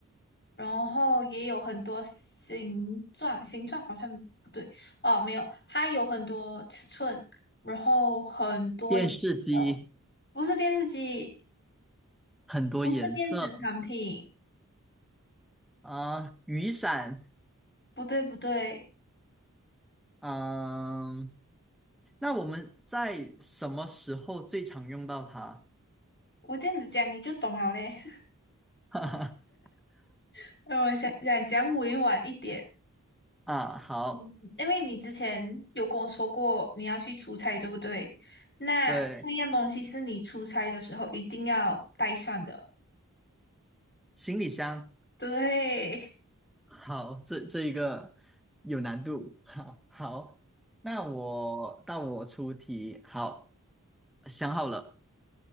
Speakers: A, on the left (about 35°); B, in the centre.
A: 然后也有很多形状，形状好像不对哦，没有，它有很多尺寸，然后很多颜色，
B: 电视机
A: 不是电视机，
B: 很多颜色
A: 不是电子产品，
B: 啊、雨伞，
A: 不对不对，
B: 嗯、那我们在什么时候最常用到它？
A: 我这样子讲你就懂了嘞。
B: <laughs>
A: <laughs> 让我想想，讲委婉一点，
B: 啊，好，
A: 嗯因为你之前有跟我说过你要去出差，对不对？那那样东西是你出差的时候一定要带上的，
B: 对，行李箱，
A: 对。
B: 好，这这一个有难度，<laughs> 好，好，那我到我出题，好，想好了，